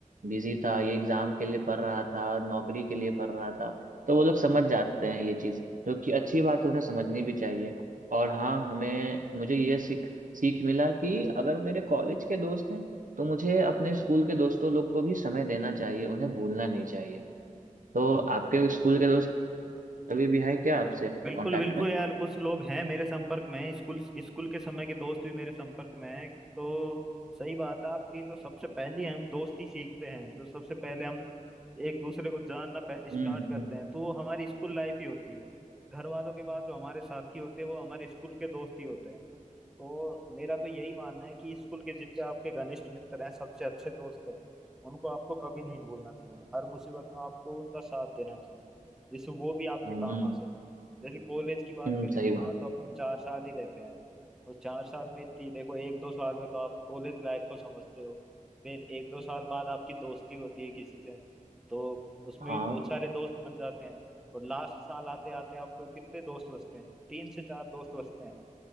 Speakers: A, on the right; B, in the centre.
A: बिजी था ये एग्जाम के लिए पढ़ रहा था नौकरी के लिए पढ़ रहा था तो वो लोग समझ जाते हैं ये चीज़ जो कि अच्छी बात है उन्हें समझनी भी चाहिए और हाँ हमें मुझे ये सीख सीख मिला कि अगर मेरे कॉलेज के दोस्त हैं तो मुझे अपने स्कूल के दोस्तों लोग को भी समय देना चाहिए उन्हें भूलना नहीं चाहिए तो आपके स्कूल के दोस्त अभी भी हैं क्या आपसे
B: बिल्कुल
A: कांटेक्ट
B: बिल्कुल
A: में
B: यार कुछ लोग हैं मेरे संपर्क में स्कूल स्कूल के समय के दोस्त भी मेरे संपर्क में हैं तो सही बात है आपकी तो सबसे पहले हम दोस्ती सीखते हैं तो सबसे पहले हम एक दूसरे को जानना स्टार्ट
A: हम्म
B: करते
A: हम्म
B: हैं तो वो हमारी स्कूल लाइफ ही होती है घर वालों के बाद जो हमारे साथी होते हैं वो हमारे स्कूल के दोस्त ही होते हैं तो मेरा तो यही मानना है कि स्कूल के जितने आपके घनिष्ठ मित्र हैं सबसे अच्छे दोस्त हैं उनको आपको कभी नहीं भूलना चाहिए हर मुसीबत में आपको उनका साथ देना चाहिए जिससे वो भी आपके
A: हम्म
B: काम आ सके जैसे कॉलेज की बात
A: हम्म,
B: करें
A: सही
B: तो
A: बात
B: वहाँ तो अपन चार साल ही रहते हैं और चार साल में इतनी देखो एक दो साल में तो आप कॉलेज लाइफ को समझते हो फिर एक दो साल बाद आपकी दोस्ती होती है किसी से तो उसमें
A: हाँ
B: भी बहुत सारे दोस्त बन जाते हैं और लास्ट साल आते आते आपको कितने दोस्त बचते हैं तीन से चार दोस्त बचते हैं